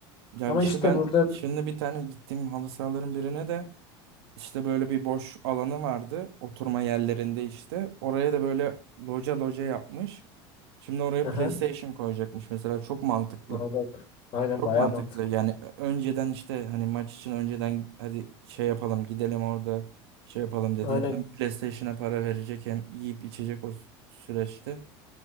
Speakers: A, on the right; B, on the left.
A: Ya
B: Ama
A: işte
B: işte
A: ben
B: burada...
A: şimdi bir tane gittiğim halı sahaların birine de İşte böyle bir boş alanı vardı oturma yerlerinde işte. Oraya da böyle loca loca yapmış. Şimdi oraya
B: Aha.
A: PlayStation koyacakmış mesela çok mantıklı.
B: Aa bak. Aynen
A: Çok
B: bayağı
A: mantıklı
B: mantıklı.
A: yani önceden işte hani maç için önceden hadi şey yapalım gidelim orada şey yapalım dedin.
B: Aynen.
A: Hem PlayStation'a para verecek hem yiyip içecek o sü- süreçte